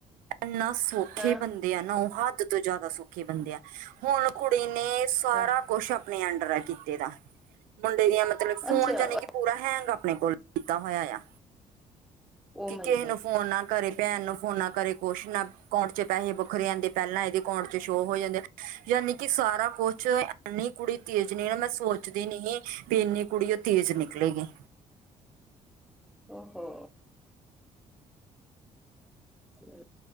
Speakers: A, on the right; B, in the centre.
A: ਏੱਨਾ ਸੌਖੇ
B: ਹਾਂ
A: ਬੰ ਦੇ ਏ ਨਾ ਉਹ ਹੱਦ ਤੋਂ ਜਾਦਾ ਸੌਖੇ ਬੰਦੇ ਆ ਹੁਣ ਕੁੜੀ ਨੇ ਸਾਰਾ
B: ਹਾਂ
A: ਕੁੱਛ ਅਪ ਆਪਣੇ ਅੰਡਰ ਹੈ ਕੀਤੇ ਦਾ ਮੁੰਡੇ ਦੀਆਂ ਮਤਲਬ ਫੋਨ
B: ਅੱਛਾ
A: ਜਾਨੀ ਕਿ ਪੂਰਾ ਹੈਂਗ ਆਪਣੇ ਕੋਲ ਕੀਤਾ ਹੋਇਆ ਆ
B: ਓ
A: ਕਿ
B: ਮਾਈ
A: ਕਿਹੇ ਨੂੰ ਫੋਨ ਨਾ ਕਰੇ ਭੈਣ ਨੂੰ ਫੋਨ ਨਾ ਕਰੇ ਕੁੱਛ ਨਾ ਅਕਾਊਂਟ ਚ ਪੈਹੇ ਬੱਖਰੇ ਆਂਦੇ ਪਹਿਲਾਂ ਇਹਦੇ ਅਕੌਂਟ ਚ ਸ਼ੋਅ ਹੋ ਜਾਂਦੇ ਯਾਨੀ ਕਿ ਸਾਰਾ ਕੁੱਛ ਇੰਨੀ ਕੁੜੀ ਤੇਜ਼ ਨੀ ਨਾ ਮੈਂ ਸੋਚਦੀ ਨੀ ਹੀ ਬੀ ਇੰਨੀ ਕੁੜੀ ਉਹ ਤੇਜ਼ ਨਿਕਲੇਗੀ
B: ਉਹ ਹੋ <inaudible>